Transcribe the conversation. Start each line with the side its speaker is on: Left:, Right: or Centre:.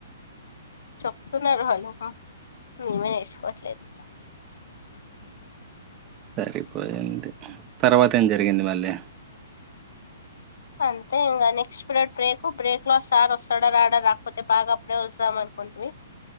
Left: చెప్తున్నారు వాళ్ళు మేమే నేర్చుకోవట్లేదు
Right: సరిపోయింది తర్వాత ఏం జరిగింది మళ్ళీ
Left: అంతే ఇంకా నెక్స్ట్ పీరియడ్ బ్రేక్ బ్రేక్ లో సార్ వస్తాడా రాడా రాకపోతే బాగా అప్పుడే వస్తాం అనుకుంటిమి